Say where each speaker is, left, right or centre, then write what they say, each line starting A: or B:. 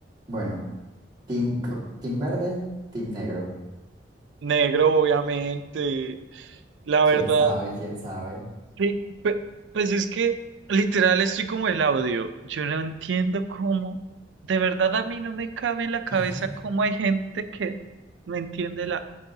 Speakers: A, on the right; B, on the right.
A: Bueno, team, ro- team verde, team negro.
B: Negro, obviamente. La verdad,
A: ¿Quién sabe? ¿Quién sabe?
B: sí, pe- pues es que literal estoy como el audio. Yo no entiendo cómo, de verdad a mí no me cabe en la cabeza
A: <laughs>
B: cómo hay gente que no entiende la